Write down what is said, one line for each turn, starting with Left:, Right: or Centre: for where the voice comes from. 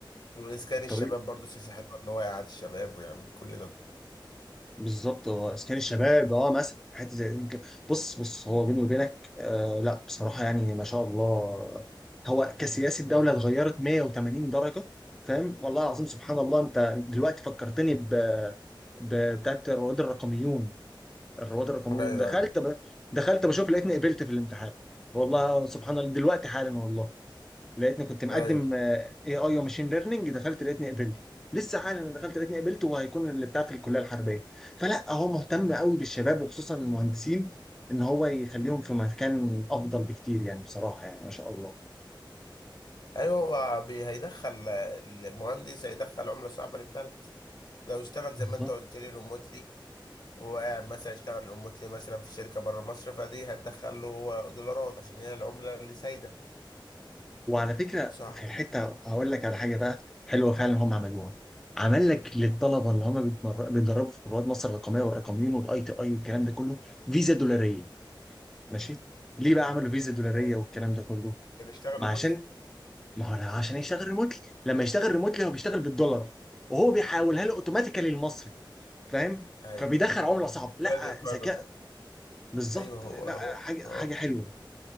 Left: واسكان
Centre: الطريق
Left: الشباب برضو سياسة حلوة ان هو يقعد الشباب ويعمل كل ده
Centre: بالظبط هو اسكان الشباب اه مثلا حته زي دي كده. بص بص هو بيني وبينك آه لا بصراحه يعني ما شاء الله هو كسياسه الدوله اتغيرت 180 درجه فاهم والله العظيم سبحان الله انت دلوقتي فكرتني ب ب- بتاعت رواد الرقميون الرواد الرقميون
Left: ايوه
Centre: دخلت
Left: ايوه
Centre: ب... دخلت بشوف لقيتني قبلت في الامتحان والله سبحان الله دلوقتي حالا والله لقيتني كنت مقدم
Left: ايوه
Centre: اي اي وماشين ليرنينج دخلت لقيتني قبلت لسه حالا دخلت لقيتني قبلت وهيكون اللي بتاع في الكليه الحربيه فلا هو مهتم قوي بالشباب وخصوصا المهندسين ان هو يخليهم في مكان افضل بكتير يعني بصراحه يعني ما شاء الله
Left: ايوه هو بي- هيدخل المهندس هيدخل عمله صعبه للبلد لو اشتغل زي
Centre: بالظبط
Left: ما انت قلت لي ريموتلي وقاعد مثلا يشتغل ريموتلي مثلا في شركه بره مصر فدي هتدخل له دولارات عشان هي العمله اللي سايده
Centre: وعلى فكره
Left: صح
Centre: في الحته هقول لك على حاجه بقى حلوه فعلا هم عملوها عمل لك للطلبه اللي هم بيتمر- بيتدربوا في رواد مصر الرقميه والرقميين والاي تي اي والكلام ده كله فيزا دولاريه ماشي ليه بقى عملوا فيزا دولاريه
Left: ايوه
Centre: والكلام ده كله؟
Left: عشان يشتغل
Centre: ما
Left: ريموتلي
Centre: عشان ما هو لا، عشان يشتغل ريموتلي لما يشتغل ريموتلي هو بيشتغل بالدولار وهو بيحولها له اوتوماتيكالي المصري فاهم
Left: ايوه
Centre: فبيدخل عمله صعبه لا
Left: ولا دي فيها
Centre: ذكاء
Left: دولار
Centre: بالظبط
Left: ايوه هو هو
Centre: لا حاجه
Left: هو
Centre: حاجه حلوه